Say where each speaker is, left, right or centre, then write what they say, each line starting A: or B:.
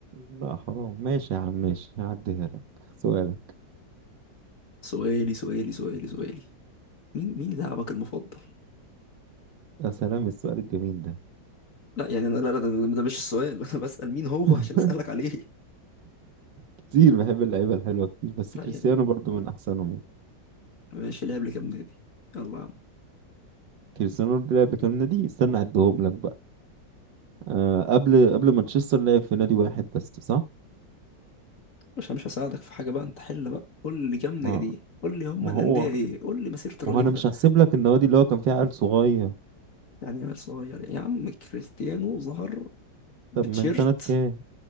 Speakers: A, on the right; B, on the left.
A: لا حرام ماشي يا عم ماشي هعديها لك سؤالك
B: سؤالي سؤالي سؤالي سؤالي مين مين لاعبك المفضل؟
A: يا سلام السؤال الجميل ده
B: لا يعني انا لا لا ده ده مش السؤال <laughs> انا بسأل مين هو
A: <laughs>
B: عشان اسألك عليه
A: كتير بحب اللعيبة الحلوة كتير بس
B: لا
A: كريستيانو
B: يعني
A: برضو من أحسنهم يعني.
B: ماشي لعب لكام نادي يلا يا عم
A: كريستيانو برضو لعب كام نادي استنى أعدهم لك بقى آه قبل قبل مانشستر لعب في نادي واحد بس صح
B: مش مش هساعدك في حاجة بقى انت حل بقى قول لي كام نادي
A: ما
B: قول لي هم
A: ما
B: الأندية
A: هو
B: ايه قول لي مسيرة الراجل
A: ما هو أنا مش
B: ده
A: هحسب لك النوادي اللي هو كان فيها عيل صغير
B: يعني عيل صغير يا عم كريستيانو ظهر بتشيرت
A: طب من سنة كام